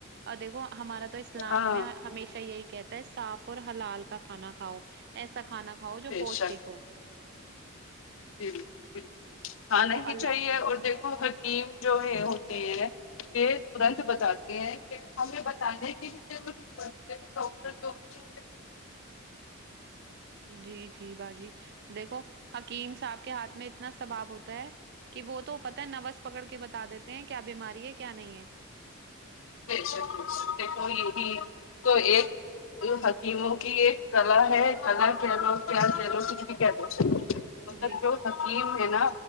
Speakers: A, on the right (about 50°); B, on the left (about 65°).
A: اور دیکو ہمارا تو اسلام
B: ہاں
A: ہمیں ہمیشہ یہی کہتا ہے صاف اور حلال کا کھانا کھاؤ ایسا کھانا کھاؤ جو
B: بے
A: پوشٹک
B: شک
A: ہو
B: بالکل بالکل کھانا
A: دیکھو
B: ہی نہیں
A: اللہ
B: چاہیے اور دیکھو ہر حکیم جو ہے ہوتی ہیں یہ ترنت
A: جی
B: بتاتی ہیں ہمیں بتانے کی بھی ضرورت نہی پڑھتی دیکھو ڈاکٹر جو ہوتے ہے
A: جی جی باجی دیکھو حکیم صاحب کے ہاتھ میں اتنا سبھاب ہوتا ہے کہ وہ تو پت ہے نوس پکڑ کے بتا دیتے ہیں کیا بیماری ہے کیا نہیں ہے
B: بےشک بےشک دیکھو یہ بھی تو ایک حکیموں کی ایک کلا ہے کلا کہہ لو کیا کہہ لو کچھ بھی کہہ لو مگر
A: جی
B: جو حکیم ہے نہ